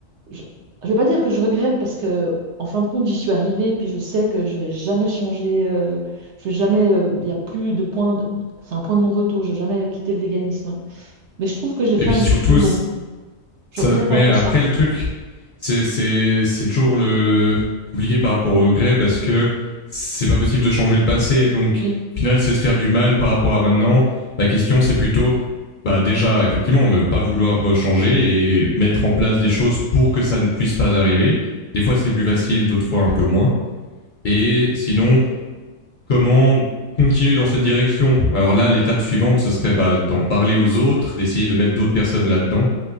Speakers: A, on the right (about 65°); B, on the left (about 50°).
A: je ne vais pas dire que je regrette parce que, en fin de compte, j'y suis arrivée, puis je sais que je vais jamais changer. euh, je vais jamais. euh, Il y a plus de point. de- C'est un point de non-retour. Je vais jamais quitter le véganisme. Mais je trouve que j'ai fait
B: Et puis
A: un
B: surtout,
A: petit peu long. Je
B: ça,
A: regrette
B: mais
A: un peu
B: après,
A: ça.
B: le truc, c'est, c'est, c'est toujours le compliqué par rapport au regret parce que c'est pas possible de changer le passé. Donc,
A: Oui.
B: au final, c'est se faire du mal par rapport à maintenant. La question, c'est plutôt, bah, déjà, effectivement, ne pas vouloir changer et mettre en place des choses pour que ça ne puisse pas arriver. Des fois, c'est plus facile, d'autres fois, un peu moins. Et sinon, comment continuer dans cette direction Alors là, l'étape suivante, ce serait bah, d'en parler aux autres, d'essayer de mettre d'autres personnes là-dedans